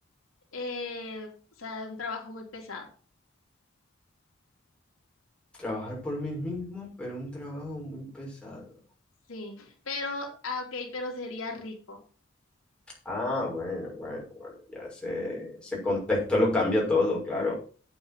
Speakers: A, on the left (about 85°); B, in the centre.
A: eh, o sea, un trabajo muy pesado.
B: Trabajar por mí mismo, pero un trabajo muy pesado.
A: Sí, pero, ah, ok, pero sería rico,
B: Ah, bueno, bueno, bueno, ya ese, ese contexto lo cambia todo, claro.